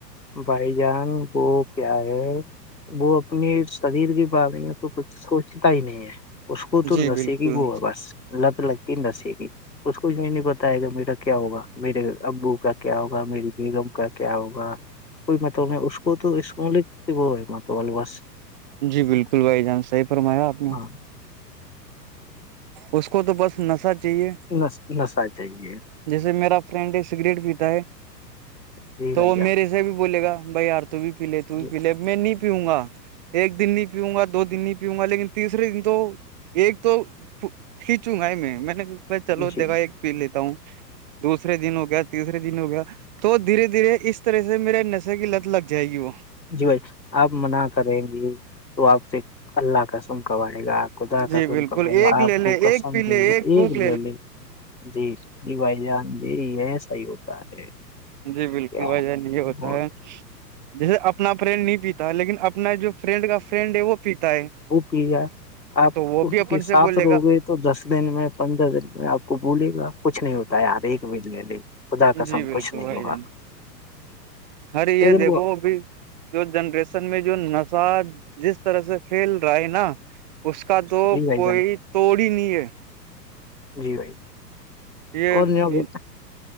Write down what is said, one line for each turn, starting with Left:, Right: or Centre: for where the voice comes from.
Left: بھائی جان وہ کیا ہے وہ اپنے شریر کے بارے میں تو کچھ سوچتا ہی نہیں ہے اس اس کو تو
Right: جی
Left: نہا
Right: بالکل
Left: س کی ہی ب ہے بس لت لگتی نہیں دسیے گی اس کوچھ میں نہیں پتا ہے گا میرا کیا ہوگا میرے ابو کا کیا ہوگا میری بیگم کا کیا ہوگا کوئی مطلب نہیں اس کو تو اسمولک وہ ہے مطلب بس
Right: جی بالکل فل بھائی جان صحی فرمایا آپ نے
Left: ہاں
Right: اس کو تو بس نشہ چاہیے
Left: نس نسہ چاہیے
Right: جیسے میرا فرینڈ سگریٹ پیتا ہے
Left: جی
Right: تو
Left: بھائی
Right: وہ
Left: جان
Right: میرے سے بھی بولے گا بھائی یار تو ت بھی پی لے تو بھی
Left: جی
Right: پی لے میں نہیں پیؤں گا ایک دن نہیں پیؤںا دو دن نہیں پیؤوں گا لیکن تیسرے دن تو ایک تو کھینچوں گا ہی میں میں نے میں چلو
Left: جی
Right: دیکھا
Left: جی۔
Right: ایک پی لیتا ہوں دوسرے دن ہو گیا تیسرے دن ہو گیا تو دھیرے دھیرے اس طرح سے میرے نشے کی لت لگ جائے گی وہ
Left: جی بھائی آپ منع کریں گی تو آپ سے اللہ کا س ک آئے گا خدا
Right: جی
Left: قسمائے
Right: بالکل
Left: گا
Right: ایک لے
Left: آپ
Right: لے
Left: کو کسم
Right: ایک پی لے
Left: د گا ایک
Right: پھوک
Left: لے لے جی جی بھائی جان جی یہ صحیح ہوتا ہے
Right: جی بالکل
Left: کیا
Right: بھائی ج نہیں یہ ہوتا
Left: بہت
Right: ہے جیسے اپنا فریرین نہیں پیتا لیکن اپنا جو فرینڈ کا فرینڈ ہے وہ پیتا ہے
Left: وہ کیا آپ
Right: تو وہ
Left: ان
Right: بھی اپن
Left: کے ساتھ
Right: سے بولے
Left: رو
Right: گا
Left: گئے تو دس دن میں پندرہ دن میں آپ کو بھولے گا کچھ نہیں ہوتا ہے یار ایک بھیج لے لے خدا کسم
Right: جی
Left: کچھ
Right: بالکل
Left: نہیں
Right: بھائی
Left: ہوگا
Right: جان ار یہ
Left: لیکن
Right: دیکھو
Left: وہ
Right: اب جو جنریشن میں جو نژج جس طرح سے پھیل رہا ہے نا اس کا تو
Left: جی بھائی
Right: کوئی
Left: جان
Right: توڑ ہی نہیں ہے
Left: جی بھائی <unintelligible>
Right: یہ
Left: اور نہیں
Right: <inaudible>
Left: ہوگے